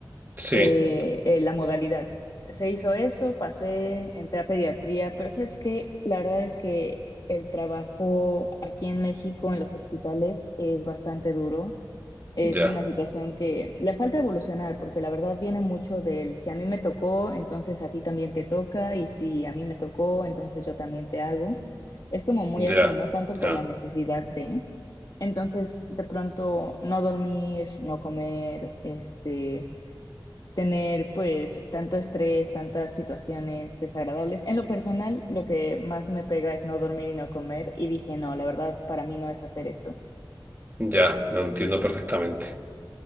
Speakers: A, on the right (about 25°); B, on the left (about 55°).
A: sí,
B: eh, eh, la modalidad. Se hizo eso, pasé, entré a pediatría, pero sabes que la verdad es que el trabajo aquí en México, en los hospitales, es bastante duro es
A: ya,
B: una situación que le falta evolucionar, porque la verdad viene mucho del si a mí me tocó, entonces a ti también te toca, y si a mí me tocó, entonces yo también te hago. Es como muy
A: ya,
B: así, no tanto por
A: ya,
B: la necesidad de. Entonces, de pronto, no dormir, no comer, este, tener pues tanto estrés, tantas situaciones desagradables. En lo personal, lo que más me pega es no dormir y no comer, y dije, no, la verdad, para mí no es hacer esto.
A: ya, lo entiendo perfectamente.